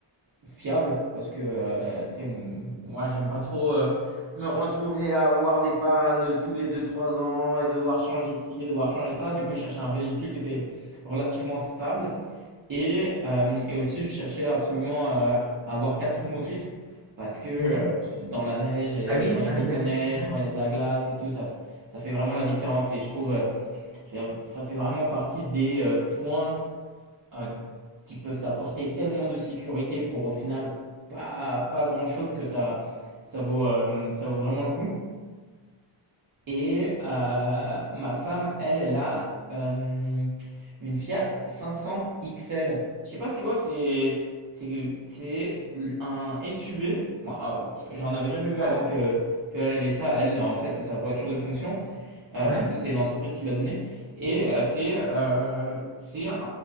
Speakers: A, on the right (about 40°); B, in the centre.
A: Fiable, parce que, heu, tu sais, m moi, j'aime pas trop, heu, me retrouver à avoir des pannes tous les deux trois ans et devoir changer ci et devoir changer ça. Du coup, je cherchais un véhicule qui était relativement stable et hem et aussi je cherchais absolument, heu, à avoir 4 roues motrices parce que, heu,
B: mhm.
A: dans la neige et
B: Ça glisse,
A: quand il y a
B: hein,
A: beaucoup
B: l'hiver.
A: de neige,
B: Ouais.
A: quand il y a de la glace et tout, ça f ça fait vraiment la différence et je trouve, heu, c'est ça fait vraiment partie des, heu, points euh, qui peuvent t'apporter tellement de sécurité pour au final pas, pas grand-chose que ça, ça vaut, euh, ça vaut vraiment le coup. Et euh, ma femme, elle, elle a euh, une Fiat 500 XL. Je sais pas si tu vois, c'est c'est c'est un SUV. Moi, ah, j'en avais jamais vu
B: Ah,
A: avant que qu'elle ait ça. Elle, en fait, c'est sa voiture de fonction. Heu,
B: Ouais,
A: du coup, c'est l'entreprise qui lui a donné et heu, c'est, heu, c'est un